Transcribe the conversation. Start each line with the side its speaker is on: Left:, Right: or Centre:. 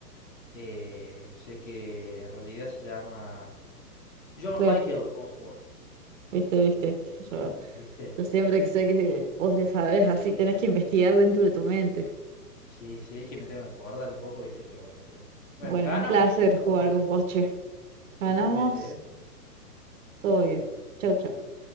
Left: Eh, sé que en realidad se llama John
Right: Claro,
Left: Michael Osborne,
Right: viste, viste, viste. Yo,
Left: ¿viste?
Right: yo siempre que sé que vos le sabés, así tenés que investigar dentro de tu mente.
Left: Sí, sí, es que me tengo que acordar un poco, ¿viste? Pero bueno, pero, bueno,
Right: Bueno,
Left: ganamos,
Right: un placer
Left: somos
Right: jugar
Left: gente.
Right: con vos, che. Ganamos,
Left: Igualmente, ¿eh?
Right: todo bien. Chau, chau.